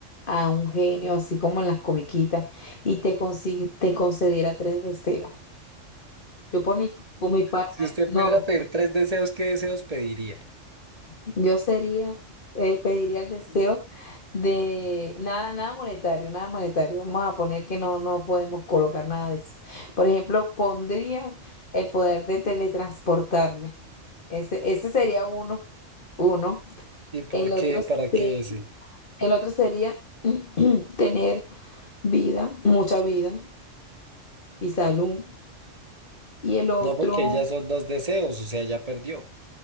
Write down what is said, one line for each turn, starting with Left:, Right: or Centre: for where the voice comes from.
Left: a un genio, así como en las comiquitas, y te, consi- te concediera tres deseos. Yo por mi, por mi parte,
Right: Si usted
Left: no.
Right: pudiera pedir tres deseos, ¿qué deseos pediría?
Left: Yo sería, eh, pediría el deseo de nada, nada monetario, nada monetario. Vamos a poner que no, no podemos colocar nada de eso. Por ejemplo, pondría el poder de teletransportarme. Ese, ese sería uno, uno.
Right: ¿Y por
Left: El
Right: qué?
Left: otro
Right: ¿Para
Left: se-
Right: qué ese?
Left: el otro sería <clears throat> tener vida, mucha vida y salud. Y el otro,
Right: No porque ahí ya son dos deseos, o sea, ya perdió.